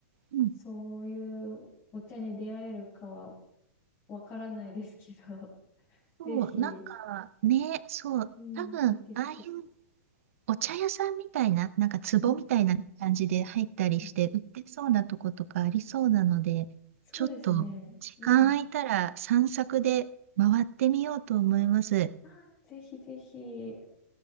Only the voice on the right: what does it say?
うん、
そう、
なんかね、そう、
多分ああいう
お茶屋さんみたいな、なんか壺みたいな感じで入ったりして売ってそうなとことかありそうなので、
ちょっと時間空いたら散策で回ってみようと思います。